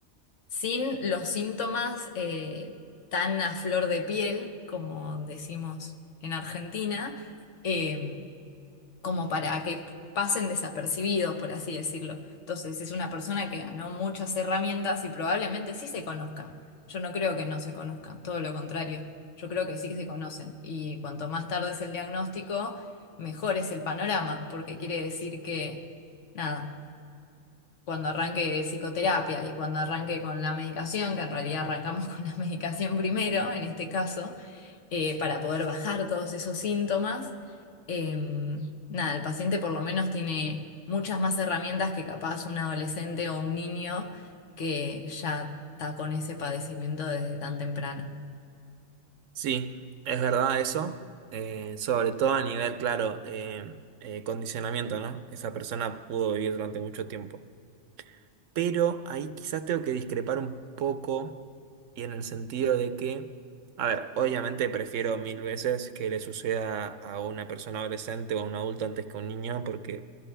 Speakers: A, on the left (about 70°); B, on the right (about 80°).
A: sin los síntomas eh, tan a flor de piel, como decimos en Argentina, eh, como para que pasen desapercibidos, por así decirlo. Entonces, es una persona que ganó muchas herramientas y probablemente sí se conozca. Yo no creo que no se conozcan, todo lo contrario. Yo creo que sí se conocen. Y cuanto más tarde es el diagnóstico, mejor es el panorama, porque quiere decir que... Nada, cuando arranque psicoterapia y cuando arranque con la medicación, que en realidad arrancamos <laughs> con la medicación primero, en este caso, eh, para poder bajar todos esos síntomas, eh, nada, el paciente por lo menos tiene muchas más herramientas que capaz un adolescente o un niño que ya está con ese padecimiento desde tan temprano.
B: Sí, es verdad eso, eh, sobre todo a nivel, claro, eh, eh, condicionamiento, ¿no? Esa persona pudo vivir durante mucho tiempo. Pero ahí quizás tengo que discrepar un poco y en el sentido de que, a ver, obviamente prefiero mil veces que le suceda a una persona adolescente o a un adulto antes que a un niño porque